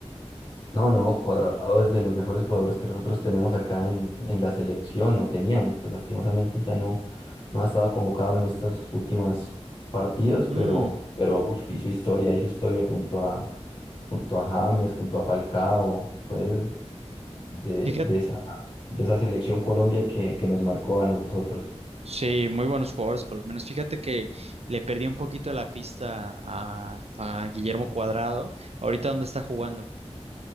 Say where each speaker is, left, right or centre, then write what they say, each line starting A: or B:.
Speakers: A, on the left (about 45°); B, on the right (about 65°).
A: No, no, Cuadrado es de los mejores jugadores que nosotros tenemos acá en, en la selección, no teníamos, pues lastimosamente ya no, no ha estado convocado en estos últimos partidos,
B: Mm,
A: pero, pero uf, hizo historia, hizo historia junto a, junto a James, junto a Falcao, fue de,
B: Fíjate
A: de esa, de esa selección Colombia que, que nos marcó a nosotros.
B: Sí, muy buenos jugadores colombianos. Fíjate que le perdí un poquito la pista a, a Guillermo Cuadrado. Ahorita dónde está jugando.